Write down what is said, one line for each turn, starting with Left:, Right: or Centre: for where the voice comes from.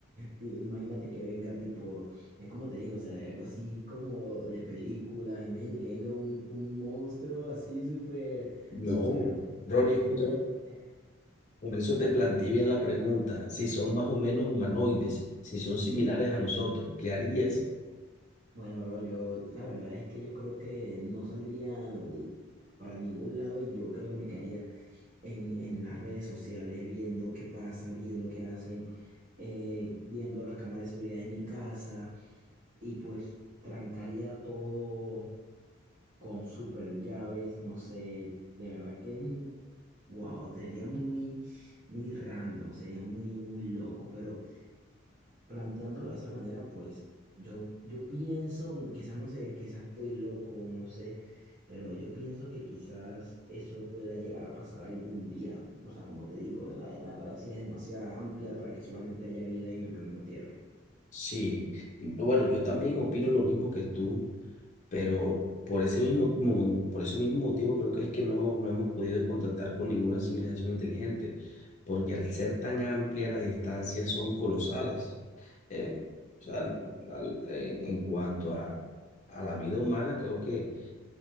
Right: Sí, Imagínate que venga tipo, es como te digo, o sea, algo así como de películas, imagínate que venga un, un monstruo así súper,
Left: No.
Right: súper,
Left: No, Ronnie,
Right: súper
Left: escúchame.
Right: fuerte.
Left: Por eso te planteé bien la pregunta, si son más o menos humanoides, si son similares a nosotros, ¿qué harías?
Right: Bueno, bro, yo la verdad es que yo creo que no saldría para ningún lado y yo creo que me quedaría en, en las redes sociales viendo qué pasa, viendo qué hacen, eh, viendo las cámaras de seguridad de mi casa y pues trancaría todo con super llaves, no sé, de verdad que, mm, wow, sería muy, muy random, sería muy, muy loco, pero planteándolo de esa manera, pues yo, yo pienso, quizás no sé, quizás estoy loco, no sé, pero yo pienso que quizás eso pueda llegar a pasar algún día, o sea, como te digo, la, la galaxia es demasiado amplia para que solamente haya vida en el planeta Tierra.
Left: Sí, bueno, yo también opino lo mismo que tú. pero por ese mismo, mo- por ese mismo motivo creo que es que no, no hemos podido contactar con ninguna civilización inteligente, porque al ser tan amplia las distancias son colosales. Eh, o sea, al- en, en cuanto a, a la vida humana, creo que